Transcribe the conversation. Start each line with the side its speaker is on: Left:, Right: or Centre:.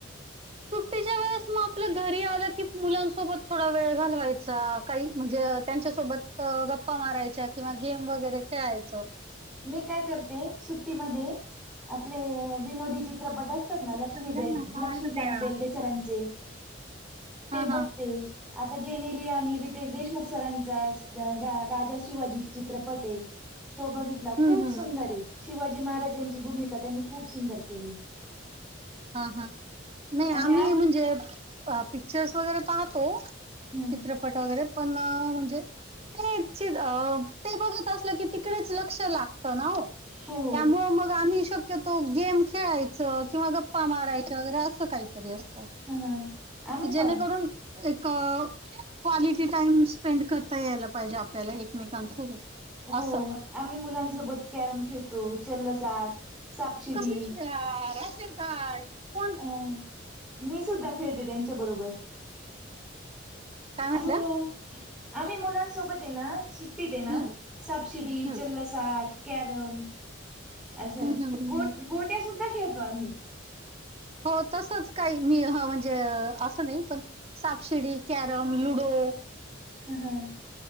Right: सुट्टीच्या वेळे ग आपल्या घरी आलं की मुलांसोबत थोडा वेळ घालवायचा काही म्हणजे त्यांच्यासोबत गप्पा मारायच्या किंवा गेम वगैरे खेळायचं.
Centre: मी काय करते सुट्टीमध्ये आपले विनोदीची चित्रपट असतात ना लक्ष्मी
Right: चला
Centre: बे
Right: ना कार्ड
Centre: लक्ष्मीकांत
Right: द्या
Centre: बेर्डेसरांचे. ते
Right: हा हा
Centre: बघते. आता जेनेल आणि रितेश देशमुख सरांचा राजा शिवाजी चित्रपट आहे. तो बघितला
Right: हम्म
Centre: खूप
Right: हम्म
Centre: सुंदर आहे शिवाजी महाराजांची भूमिका त्यांनी खूप सुंदर केली.
Right: हा हां नाही
Centre: आणि
Right: आम्ही
Centre: आत
Right: म्हणजे पिक्चर्स वगैरे पाहतो.
Centre: हम्म
Right: चित्रपट वगैरे पण म्हणजे. ते ते बघत असलं की तिकडेच लक्ष लाग. ना हो
Centre: हो हो
Right: त्यामुळे मग आम्ही शक्यतो गेम खेळायचं किंवा ग. गप्पा मारायच्या वगैरे असं काहीतरी असतात
Centre: ह ह आम्ही
Right: की
Centre: पण
Right: जेणेकरून. एक. क्वालिटी टाइम स्पेंड करता यायला पाहिजे आपल्याला एकमेकांसोबत.
Centre: हो
Right: असं.
Centre: आम्ही मुलांसोबत कॅरम खेळतो चलसाठ. साप शिडी
Right: कसलीच वेळा राशीन ताट कोण
Centre: अं. मी सुद्धा खेळते त्यांच्या बरोबर.
Right: काय म्हटल्या?
Centre: आणि आम्ही मुलांसोबत आहे ना श. थे ना
Right: हं,
Centre: सापसिडी
Right: हं,
Centre: चल्लसाठ कॅरम. असं आहे
Right: हं, हं, हं,
Centre: गो
Right: हं.
Centre: गोट्या सुद्धा खेळतो आम्ही.
Right: हो तसच काही मी म्हणजे असं नाही पण. सापशिडी कॅरम लुडो.
Centre: ह हम.